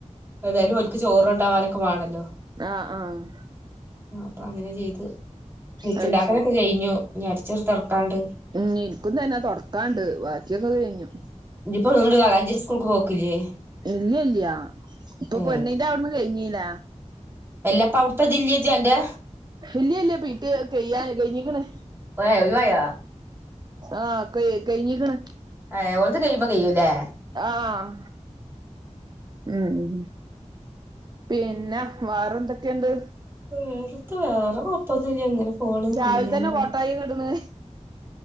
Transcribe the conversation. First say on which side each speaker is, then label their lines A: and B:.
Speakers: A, on the right; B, on the right.
A: ഏതായാലും ഓല്ക്ക് ചോർ കൊണ്ടാവാനൊക്കെ വാണല്ലോ
B: ആഹ് ആഹ്
A: അപ്പൊ അങ്ങനെ ചെയ്തു വെച്ചുണ്ടാക്കലൊക്കെ
B: അത് ശരി
A: കഴിഞ്ഞു ഇഞ് അടിചരിത്തോടക്കാണ്ട്
B: ഉം ഇനിക്കും തന്നെ തുടക്കാണ്ട് ബാക്കിയൊക്കെ കഴിഞ്ഞു
A: ഇജ് ഇപ്പോ വലാഞ്ചേരി സ്കൂൾക്ക് പോക്കില്ലേ <unintelligible>
B: ഇല്ല ഇല്ല ഇപ്പൊ
A: ഏ
B: പെണ്ണിന്റെ അവിടന്ന് കഴിഞ്ഞില
A: എല്ലാപ്പ അടുത്തെ ദില്ലയജിന്റെ
B: ഇല്ല ഇല്ല പി ടി യെ കഴ്യ കഴിഞ്ഞീക്ന്ന്
A: വെ ഒഴിവായ
B: ആഹ് ക കയ്കയ്ഞ്ഞ്ക്ക്ണ്
A: ഏ ഓൾത് കഴിയുമ്പോ കഴിയൂലെ
B: ആഹ് ഉം പിന്നെ വാറെ ന്തൊക്കെയണ്ട്
A: ഉം റ്ത്ത് വേറെ കൊഴപ്പൊന്നൂല്ല ഇങ്ങനെ പോണ്
B: രാവിലെ
A: പിന്നെന്താ
B: തന്നെ കോട്ടായി കിടണ്